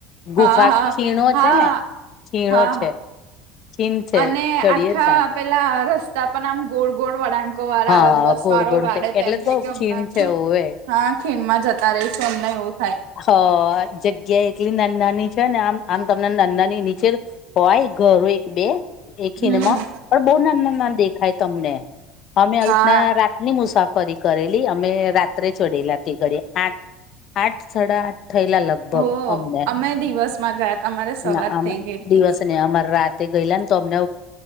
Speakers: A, on the right; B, on the left.
A: હા
B: ગુફા
A: હા
B: ખીણો
A: હા
B: છે ને ખીણો છે.
A: હા
B: ખીણ છે
A: અને
B: ચડીએ
A: આખા
B: ને તાર
A: પેલા રસ્તા પણ આમ ગોળ ગોળ વળાંક વારા
B: હા
A: આવે બસ
B: ગોળ
A: વારો
B: ગોળ
A: વાડે
B: છે
A: તો
B: એટલે
A: એમ થઇ કે હમણાં
B: ખીણ છે હોવે
A: હા ખીણમાં જતા રહીશું અમને એવું થાય.
B: હહ જગ્યા એટલી નાન નાની છે, ને આમ આમ તમને નાન નાની નીચે હોય ઘરો એક બે એ ખીણમાં
A: હમ
B: પણ બહુ નાના-નાના દેખાય તમને. ને આવી
A: હા
B: રીતના રાતની મુસાફરી કરેલી અમે રાત્રે ચડેલા તે‌ ધડીયે આઠ આઠ સાડા આઠ થયેલા લગ ભગ
A: હો
B: અમને
A: અમે દિવસમાં ગયા તમારે સવાર
B: ના અમે
A: થઈ ગઈ હતી
B: દિવસ નહીં અમારે રાત તે ગયેલા ને તો અમને